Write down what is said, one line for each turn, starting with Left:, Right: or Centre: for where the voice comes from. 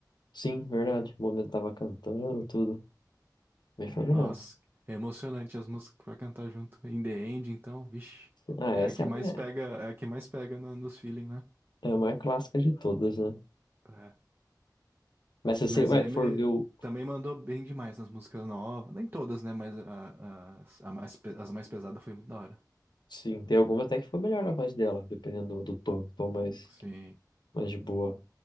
Left: Sim, verdade. O momento tava cantando, tudo. Bem fenomenal.
Right: Nossa, é emocionante as músicas pra cantar junto. In the End, então, vixe.
Left: Ah,
Right: É
Left: essa
Right: a que
Left: é a,
Right: mais
Left: minha-
Right: pega, é a que mais pega no- nos feeling, né?
Left: é a mais clássica de todas, né?
Right: É.
Left: Mas se você
Right: Mas
Left: vai,
Right: a Emily
Left: for ver o.
Right: também mandou bem demais nas músicas novas. Nem todas, né? Mas a- as a mais pe- as mais pesadas foi muito da hora.
Left: Sim, tem alguma até que foi melhor na voz dela, dependendo do, do tom, tom mais,
Right: Sim.
Left: mais de boa.